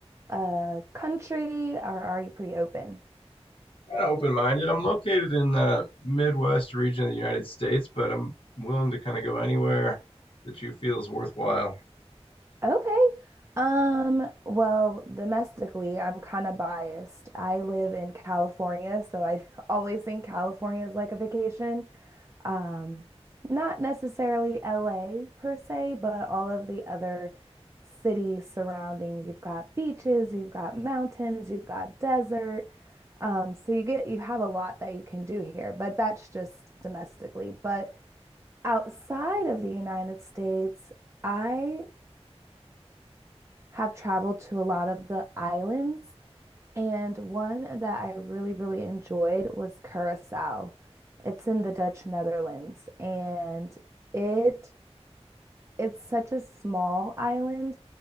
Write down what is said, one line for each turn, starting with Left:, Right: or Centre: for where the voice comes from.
Right: a country or are you pretty open?
Left: kind of open-minded. I'm located in the Midwest region of the United States, but I'm willing to kind of go anywhere that you feel is worthwhile.
Right: Okay. Um, well, domestically, I'm kind of biased. I live in California, so I <laughs> always think California is like a vacation. Um, not necessarily LA per se, but all of the other cities surrounding. You've got beaches, you've got mountains, you've got desert. Um, so you get you have a lot that you can do here, but that's just domestically. But outside of the United States, I have traveled to a lot of the islands. And one that I really, really enjoyed was Curaçao. It's in the Dutch Netherlands, and it it's such a small island